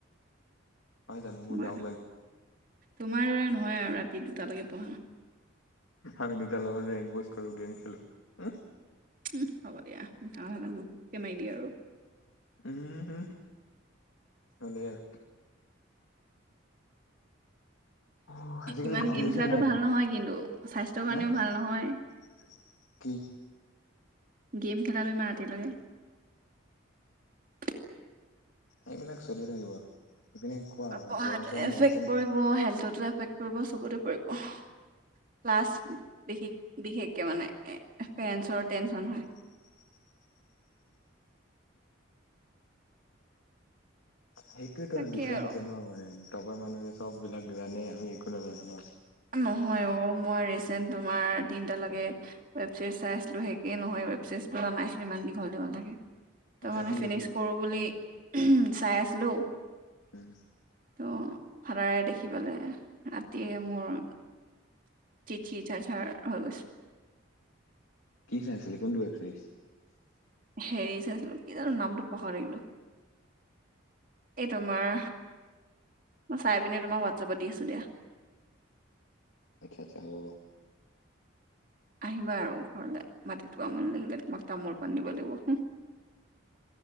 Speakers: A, on the left; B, on the right.
A: নহয় জানো
B: তোমাৰ
A: মোৰ ডাউট লাগে
B: তোমাৰ দৰে নহয় আৰু ৰাতি দুটালৈকে পঢ়া।
A: আমি দুটাৰ লগত ৰেংক বজ কৰো গেম খেলো।
B: উম হ'ব দিয়া মিছা কথা মুখতে মাৰি দিয় আৰু।
A: উম উম হলেই আৰু। অ আজিকালি
B: ইমান
A: গৰম
B: গেম
A: দিছে
B: খেলাটো
A: নাই সেই
B: ভাল
A: পিনে
B: নহয়
A: আৰু
B: কিন্তু স্বাস্থ্যৰ কাৰণেও
A: হা।
B: ভাল নহয়
A: কি?
B: গেম খেলা বেমাৰ ইমান ৰাতিলৈকে।
A: এইবিলাক চলি থাকিব আৰু। এইপিনে কোৱা আৰু
B: পঢ়াত
A: গৰম চৰম
B: এফেক্ট
A: হৈ আছে নি
B: পৰিব হেল্থতো এফেক্ট পৰিব চবতে পৰিব। ক্লাছ বিশেষ বিশেষকে মানে পেৰেন্ৰ টেনচন হয়।
A: <inaudible> সেইটোৱে ত
B: তাকে
A: ডিফাৰেন্ট
B: আৰু
A: আছে ন মানে টপাৰ মানুহে চব বিলাক জানে। আমি একো নাজানো ন।
B: নহয়, অ মই ৰিচেন্ট তোমাৰ তিনটা লৈকে ৱেব চিৰিজ চাই আছিলো, শেষে নহয় ৱেব চিৰিজ তা <unintelligible> ইমান দীঘল দীঘল থাকে। তাৰ
A: আচ্ছা
B: মানে
A: কি
B: ফিনিছ
A: ৱেব
B: কৰো বুলি উমহ চাই আছিলো।
A: <unintelligible>
B: ত ফাদাৰে দেখি পালে ৰাতিয়ে মোৰ জিজি যাঝাৰ হৈ গৈছে।
A: কি চাই আছিলি কোনটো ৱেব চিৰিজ?
B: হেৰি চাইছিলো কি জানো নামটো পাহৰি থাকিলো। এই তোমাৰ মই চাই পিনে তোমাক হোৱাটছআপত দি আছো দিয়া।
A: আচ্ছা, আচ্ছা হ'ব বাও।
B: আহিবা আৰু ঘৰলে মাতিটো আমনি লাগিলে, তোমাক তামোল পাণ দিব লাগিব হুহ।